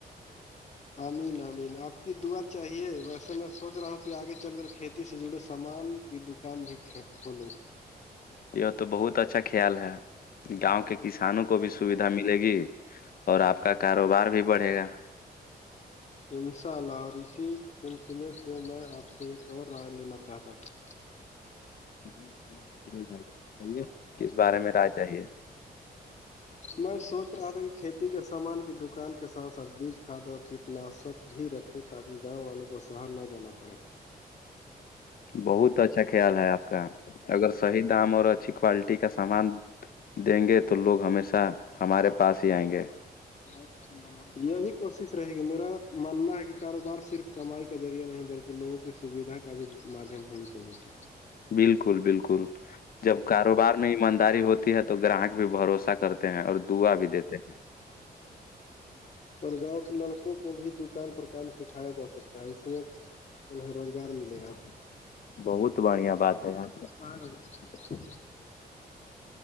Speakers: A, on the left; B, on the left.
A: امین امین آپ کی دعات چاہیے ویسے میں سوچ رہا ہوں کہ آگے چل کر کھیتی سے جڑے سامان یہ دکان بھی کھولو
B: یہ تو بہت اچھا خیال ہے گاؤں کے کسانوں کو بھی سویدھا ملے گی اور آپ کا کاروبار بھی بڑھے گا
A: انشاء اللہ اور اسی سلسلے سے میں آپ سے ایک اور رائے لینا چاہتا تھا
B: جی جی فیروج بھائی جان بتائیے کس بارے میں رائے چاہیے
A: میں سوچ رہا تھا کہ کھیتی کے سامان کی دکان کے ساتھ ساتھ بیج کھاد اور کیٹناشک بھی رکھ ہو تاکہ گاؤں والوں کو شہر نہ جانا پڑے
B: بہت اچھا خیال ہے آپ کا اگر صحیح دام اور اچھی کوالٹی کا سامان دیں گے تو لوگ ہمیشہ ہمارے پاس ہی آئیں گے
A: ہاں یہی کوشش رہے گی میرا ماننا ہے کہ کاروبار صرف کمائی کا ذریعہ نہیں بلکہ لوگوں کی سویدھا کا بھی مادھیم ہونا چاہیے تھا
B: بالکل بالکل جب کاروبار میں ایمانداری ہوتی ہے تو گراہک بھی بھروسہ کرتے ہیں اور دعا بھی دیتے ہیں
A: اور گاؤں کے لڑکوں کو بھی دکان پر کم سکھایا جا سکتا ہے اس میں انہیں روزگار ملے گا
B: بہت بڑھیا بات
A: سب ت
B: ہے یار
A: مارک میں گلتی